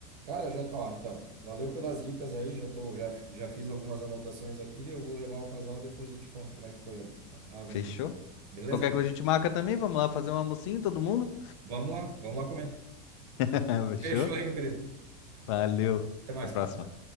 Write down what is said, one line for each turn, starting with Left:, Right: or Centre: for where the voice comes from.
Right: Cara, já, ó, então, valeu pelas dicas aí, já tô, já, já fiz algumas anotações aqui, eu vou levar o casal, depois eu te conto como é que foi a a aventura.
Left: Fechou?
Right: Beleza?
Left: Qualquer coisa a gente marca também. Vamos lá fazer um almocinho, todo mundo?
Right: Vamos lá, vamos lá comer.
Left: <laughs> Fechou?
Right: Fechou aí, meu querido.
Left: Valeu.
Right: Até mais,
Left: Até a próxima.
Right: cara.